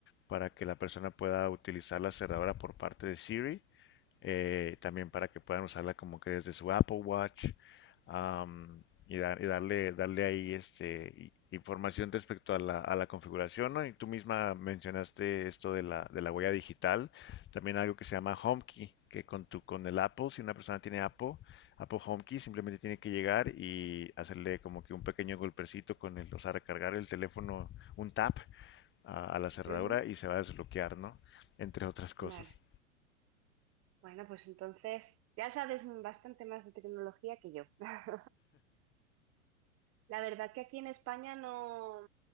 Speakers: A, on the left (about 25°); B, on the right (about 35°).
A: para que la persona pueda utilizar la cerradura por parte de Siri eh, también para que puedan usarla como que desde su Apple Watch am, y, dar- y darle, darle ahí este, i- información respecto a la, a la configuración, ¿no? Y tú misma mencionaste esto de la, de la huella digital, también algo que se llama HomeKey, que con tu, con el Apple, si una persona tiene Apple, Apple HomeKey simplemente tiene que llegar y hacerle como que un pequeño golpecito con el, o sea, recargar el teléfono, un tap a, a la cerradura
B: ujú,
A: y se va a desbloquear, ¿no? Entre otras cosas.
B: Vale. Bueno, pues entonces ya sabes bastante más de tecnología que yo. <laughs> La verdad que aquí en España no,